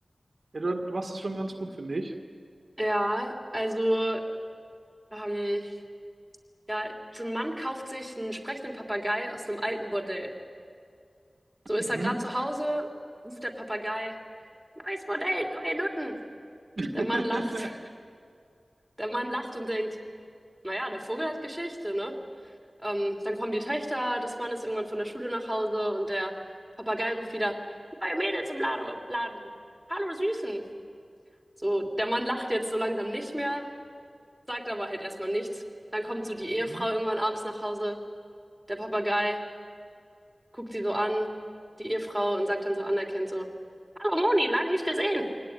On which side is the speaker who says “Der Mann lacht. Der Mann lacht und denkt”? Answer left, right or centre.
Centre